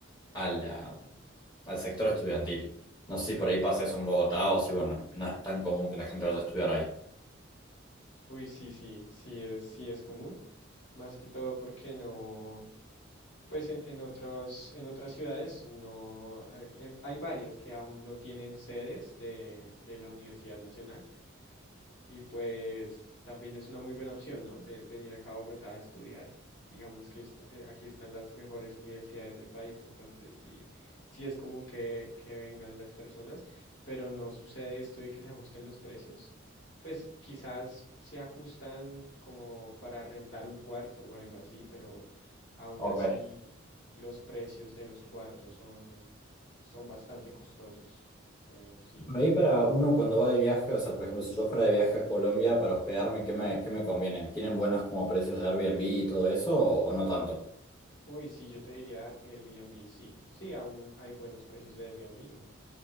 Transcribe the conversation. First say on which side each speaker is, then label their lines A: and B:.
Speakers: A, on the left; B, on the left.
A: a la- al sector estudiantil. No sé si por ahí pasa eso en Bogotá o si, bueno, no es tan común que la gente vaya a estudiar ahí.
B: Uy, sí, sí, sí es, sí es común. Más que todo porque no, pues en, en otras, en otras ciudades no, hay, em, hay varias que aún no tienen sedes de, de la Universidad Nacional. Y pues también es una muy buena opción, ¿no? Ve- Venir acá a Bogotá a estudiar. Digamos que est- eh, aquí están las mejores universidades del país, entonces sí, sí es común que, que vengan las personas, pero no sucede esto de que se ajusten los precios. Pues quizás se ajustan como para rentar un cuarto o algo así, pero aún
A: Ok.
B: así los precios de los cuartos son, son bastante costosos. eh, sí.
A: Por ahí para uno cuando va de viaje, o sea, por ejemplo, si yo fuera de viaje a Colombia para hospedarme, ¿qué me, qué me conviene? ¿Tienen buenos como precios de Airbnb y todo eso o, o no tanto?
B: Uy, sí, yo te diría Airbnb, sí. Sí, aún hay buenos precios de Airbnb.